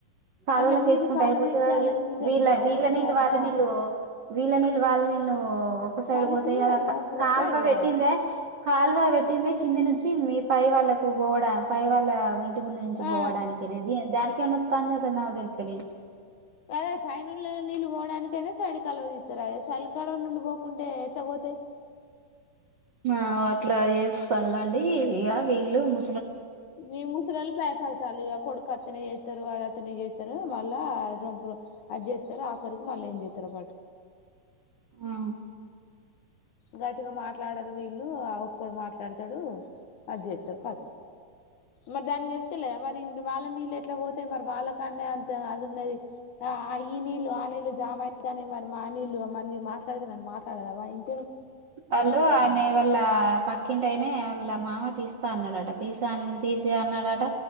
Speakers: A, on the right (about 80°); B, on the left (about 65°).
A: కాలువల
B: అట్లా మీది
A: వేసుకుంటే
B: కాలువ
A: అయిపోతు
B: తీత్తే
A: కా
B: అల్ల ఈగలు
A: వీళ్ళ
B: దోమలు
A: వీళ్ళ నీళ్ళు
B: అంతా
A: వాళ్ళ నీళ్ళు వీళ్ళ నీళ్ళు వాళ్ళ నీళ్ళు ఒక సైడ్
B: కలిసి
A: పోతాయి కదా
B: ఎల్లంపురంప
A: కాల్వ
B: ఎగురాడ
A: పెట్టిందే కాల్వ పెట్టింది కింది నుంచి మీ పై వాళ్ళకు పోడం పై వాళ్ళ ఇంటి ముందు నుంచి పోవడానికినేది
B: ఆ
A: దానికి తా అద అద తెలే
B: అదే పైనళ్ళ నీళ్ పోడాకైనా సడి కలువదిస్తారు అ చల్కాడ నుండి పోకుంటే ఎట్లా పో <inaudible>
A: ఆ అట్లా చేస్తానులాండి ఇక వీళ్ళు ము
B: నివ ముసరలు భయపడతాలి కొడుకతనే ఏయితరు అద అతను చేస్తారు మళ్ళా అప్పుడు అది చేస్తారు ఆఖరికి మళ్ళా ఏం చేస్తారు పాటు
A: ఆ
B: గట్టిగా మాట్లాడారు వీళ్ళు ఆ ఒక్కడు మాట్లాడతాడు అజే ఉత్తర కాదు మరి దానికి వెళ్తేలేదా మరి ఇ వాళ్ళ నీళ్ళు ఎట్లా పోతా మరి వాళ్ళ కాండే అంత అది ఉన్నది ఆ ఈ నీళ్ళలు ఆ నీళ్లు జామ అయితానే మరి మా నీళ్లు మరి నరు మాట్లాడితే నన్ను మాట్లాడదామా ఇంట
A: వాలు అనే వాళ్ళ ప తక్కింటైనే వాళ్ళ మామ తీస్తా అన్నాడట తీస తీసి అన్నాడట